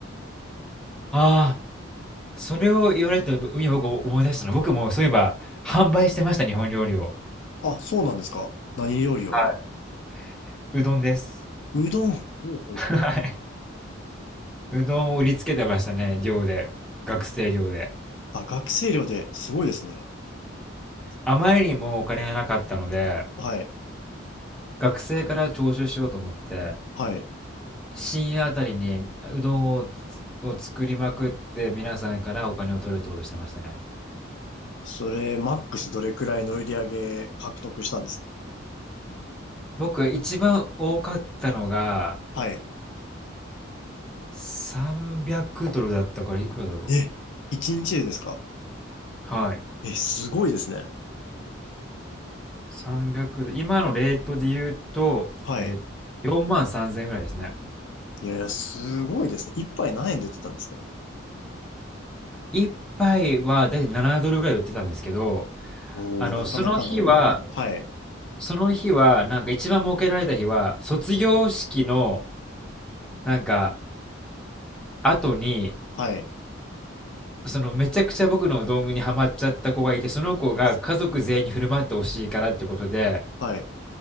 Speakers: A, in the centre; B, on the left.
A: ああ、それを言われたら、今僕思い出したのは。僕もそういえば、販売してました、日本料理を。
B: あ、そうなんですか。何料理を。
A: はい。うどんです。
B: うどん。ほうほうほう。
A: はい。うどんを売りつけてましたね、寮で。学生寮で。
B: あ、学生寮ですごいですね。
A: あまりにもお金がなかったので、
B: はい。
A: 学生から徴収しようと思って、
B: はい。
A: 深夜あたりにうどんをを作りまくって皆さんからお金を取るってことをしてましたね。
B: それ、マックスどれくらいの売り上げ獲得したんですか
A: 僕一番多かったのが
B: はい。
A: 300ドルだったからいくらだろう。
B: え、1日でですか
A: はい。
B: え、すごいですね。
A: 300ドル。今のレートで言うと、
B: はい。
A: えー、4万3000円ぐらいですね。
B: いやいや、すごいですね。一杯何円で売ってたんですか
A: 一杯はだいたい7ドルぐらい売ってたんですけど、
B: おー、
A: あの、
B: なかなかの。
A: その日は、
B: はい。
A: その日は、なんか一番儲けられた日は、卒業式の、なんか、後に、
B: はい。
A: そのめちゃくちゃ僕のうどんにハマっちゃった子がいて、その子が家族全員に振る舞ってほしいからってことで、
B: はい。